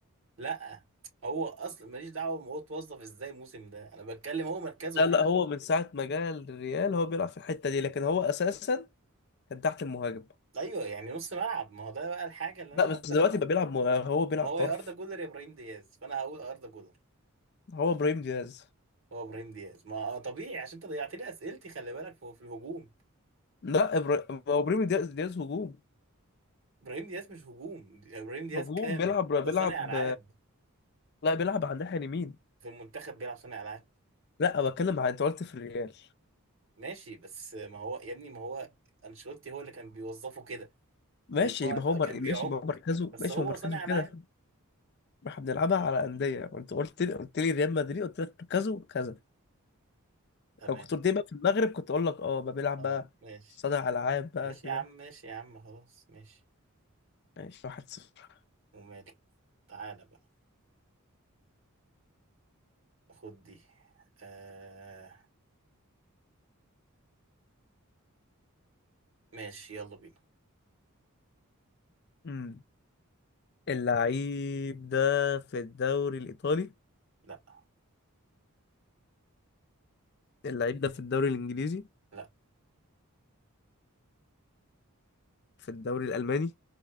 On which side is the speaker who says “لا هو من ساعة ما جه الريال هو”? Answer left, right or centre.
Left